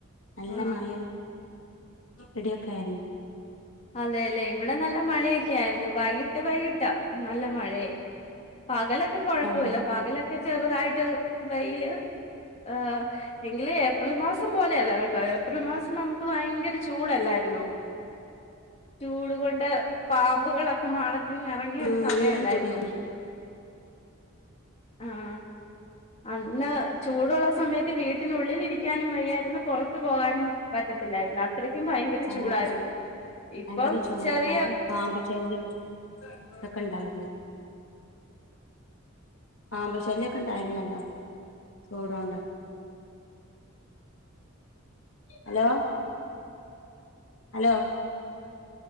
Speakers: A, on the left (about 70°); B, on the left (about 30°).
A: നല്ല
B: ആ
A: മഴം ഇടിയൊക്കെ ആയിരുന്നു
B: അതെയല്ലേ ഇവിടെ നല്ല മഴയൊക്കെ ആയിരുന്നു വൈകിട്ട് വൈകിട്ടാ നല്ല മഴയെ പകലൊക്കെ കൊഴപ്പല്ല
A: ആഹ്
B: പകലൊക്കെ ചെറുതായിട്ട് വെയില് ഏഹ എങ്കില് ഏപ്രിൽ മാസം പോലെയല്ല കേട്ടോ ഏപ്രിൽ മാസം നമുക്ക് ഭയങ്കര ചൂടല്ലായിരുന്നൊ ചൂട് കൊണ്ട് പാമ്പുകളൊക്കെ മാള ഇന്ന ഇറങ്ങിയ
A: ആഹ്
B: ഒരു സമയല്ലായിരുന്നോ
A: ഭയങ്കര ചൂടായിരുന്നു
B: ആഹ അന്ന് ചൂടുള്ള സമയത്ത് വീട്ടിനുള്ളിലിരിക്കാനും വയ്യായിരുന്നു പുറത്തു പോകാനും പറ്റത്തില്ലായിരുന്നു അത്രയ്ക്കും ഭയങ്കര
A: ആഹ്
B: ചൂടായിരുന്നു ഇപ്പം
A: ഭയങ്കര ചൂടും
B: ചെറിയ
A: ഭയങ്കര പാമ്പ് ശല്യം തൊക്കെ ഇണ്ടായിരുന്നു. പാമ്പു ശല്യൊക്കെ ഇണ്ടായിരുന്നല്ലോ ചൂടോണ്ട് ഹലോ ഹലോ